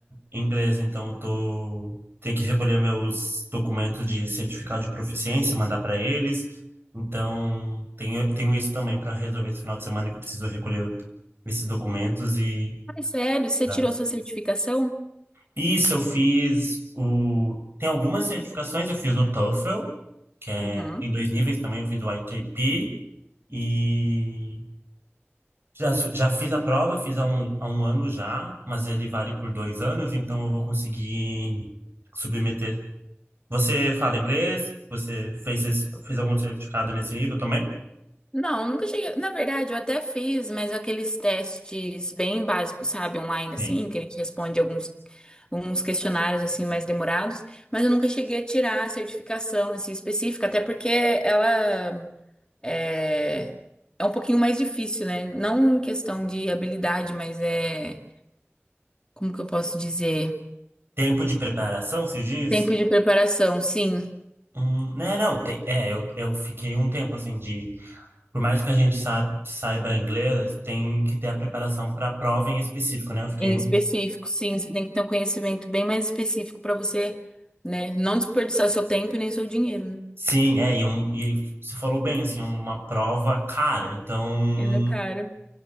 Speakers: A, on the right; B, on the left.
A: em inglês. Então, eu tô, tenho que recolher meus documentos de certificado de proficiência, mandar para eles. Então, tenho, tenho isso também para resolver esse final de semana que eu preciso recolher esses documentos e
B: Ai, sério? Você
A: Tá.
B: tirou sua certificação?
A: Isso, eu fiz o. Tem algumas certificações, eu fiz o TOEFL, que é,
B: Uhum.
A: tem dois níveis também, eu fiz o ITP e já, su- já fiz a prova, fiz há um, há um ano já, mas ele vale por dois anos, então eu vou conseguir submeter. Você fala inglês? Você fez, esse- fez algum certificado nesse nível também?
B: Não, nunca cheguei. Na verdade, eu até fiz, mas aqueles testes bem básicos, sabe, online,
A: Tem.
B: assim, que a gente responde alguns, alguns questionários, assim, mais demorados. Mas eu nunca cheguei a tirar a certificação, assim, específica, até porque ela é, é um pouquinho mais difícil, né? Não em questão de habilidade, mas é. Como que eu posso dizer?
A: Tempo de preparação, se diz?
B: Tempo de preparação, sim.
A: Hum, né, não, tem, é, eu, eu fiquei um tempo assim de, por mais que a gente sa- saiba inglês, tem que ter a preparação para a prova em específico, né? Eu fiquei
B: Em
A: um
B: específico, sim, você tem que ter um conhecimento bem mais específico para você, né, não desperdiçar seu tempo e nem seu dinheiro, né?
A: Sim, é, e, um, e você falou bem, assim, uma prova cara. Então,
B: Ela é cara.